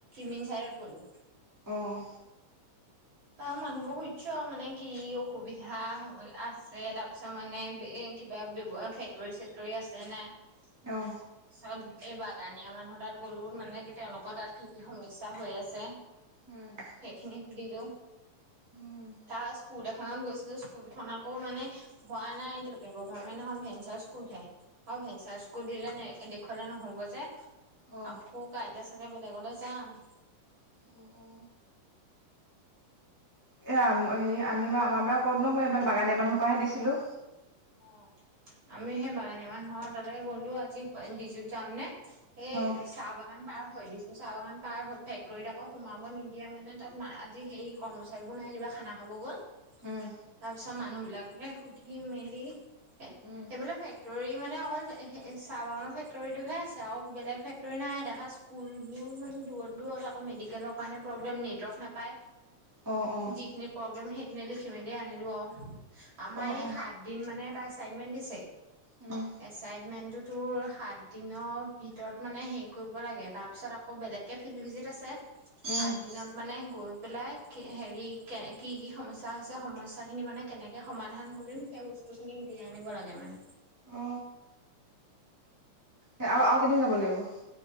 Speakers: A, on the right (about 35°); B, in the centre.
A: মেন চাইডত গ'লো
B: আহঁ
A: তা মানুহবোৰ সুধছো আৰু মানে কি অসুবিধা আছে তাৰপিছত মানে এ কিবা ব্যৱহাৰ ফেক্টৰী চেক্টৰী আছে নাই
B: আহ
A: তাৰপিছত এই বাগানীয়া মানুহৰ তাত গ'লোও মানে কি তেওঁলোকৰ তাত কি কি সমস্যা হৈ আছে,
B: উম
A: সেইখিনি খুলিলো
B: উম
A: তাৰ স্কুল এ খন গৈছিলো স্কুলখন আকৌ মানে হোৱা নাই এতিয়ালকে গভাৰমেন্ট নহয় ভেঞ্চাৰ স্কুলহে অ ভেঞ্চাৰ স্কুল দিলে নে দেখলে নহ'ব যে
B: অ
A: আকৌ কাইলে তাকে বেলেগলৈ যাম
B: উ অ এ হেৰি আমি বাৰ আমাৰ বাৰ ক'ত নহয় এইবাৰ বাগানীয়া মানুহোপা হে দিছিলো
A: অ আমি সেই বাগানীয়া মানুহ তাতে গ'লো আজি ডিযুত যাম নে এই
B: অ
A: চাহ বাগান পাৰ হৈ দিছ চাহ বাগান পাৰ ফেক্টৰীত আকৌ সোমাব নিদিয়ে মানে তাত আজি সেই কৰ্মচাৰীবোৰ নাই কিবা খানা খাব গ'ল। তাৰ
B: উম
A: পিছত মানুহ বিলাকে সুধি মেলি
B: উম
A: সেইফালে ফেক্টৰী মানে অকল চাহ বাগানৰ ফেক্টৰীটোহে আছে আৰু বেলেগ ফেক্টৰী নাই দেখা স্কুল বোৰো মানে দূৰত দূৰত চত আকৌ মেডিকেলৰ কাৰণে প্ৰব্লেম নেটৱৰ্ক নাপাই
B: অ অ
A: যিখিনি প্ৰব্লেম সেইখিনি লিখি মেলি জানিলো অ আমাৰ
B: অ অ
A: এই সাত দিন মানে এটা এচাইটমেন্ট দিছে
B: উম
A: এচাইটমেন্টত তোৰ সাত দিনৰ ভিতৰত মানে হেৰি কৰিব লাগে তাৰপিছত আকৌ বেলেগকে ফিল্ড ভিজিত আছে
B: উ
A: সাত দিনত মানে গৈ পেলাই কি হেৰি কে কি কি সমস্যা হৈছে সমস্যা খিনি মানে কেনেকে স সমাধান কৰিম সেই বস্তু খিনি উলিয়াই আনিব লাগে মানে
B: অ স আৰু আৰু কেদিন যাব লাগিব?